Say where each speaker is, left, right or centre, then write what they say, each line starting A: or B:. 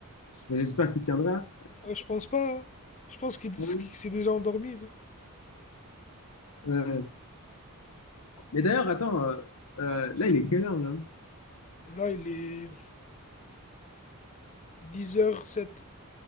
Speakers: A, on the left; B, on the left.
A: Mais j'espère qu'il tiendra.
B: Euh, Je pense pas. hein. Je pense qu'il qu'il
A: Ouais.
B: s'est déjà endormi, là.
A: Euh, mais d'ailleurs, attends, euh, euh, là, il est quelle heure là?
B: Là, il est dix heures sept